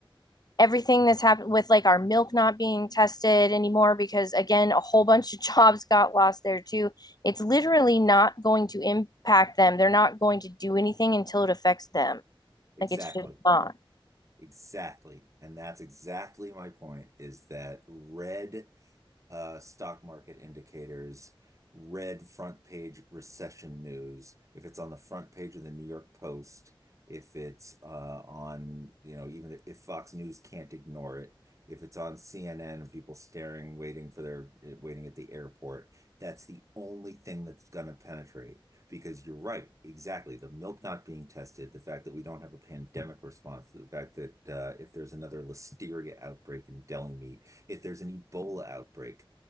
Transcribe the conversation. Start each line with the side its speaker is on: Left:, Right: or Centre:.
Left: everything that's happened with like our milk not being tested anymore because again a whole bunch of <laughs> jobs got lost there too it's literally not going to impact them they're not going to do anything until it affects them
Right: Exactly.
Left: like it's just not
Right: Exactly. And that's exactly my point is that red Uh, stock market indicators, red front page recession news, if it's on the front page of the New York Post, if it's uh on, you know, even if Fox News can't ignore it, if it's on CNN and people staring, waiting for their, eh, waiting at the airport, that's the only thing that's going to penetrate. Because you're right, exactly. The milk not being tested, the fact that we don't have a pandemic response, the fact that uh, if there's another listeria outbreak in deli meat, if there's an Ebola outbreak,